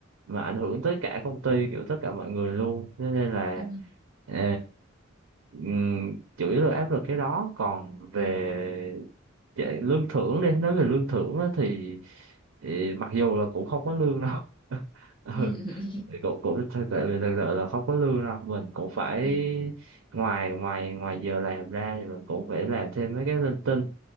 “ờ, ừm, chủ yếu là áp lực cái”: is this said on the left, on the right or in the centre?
Right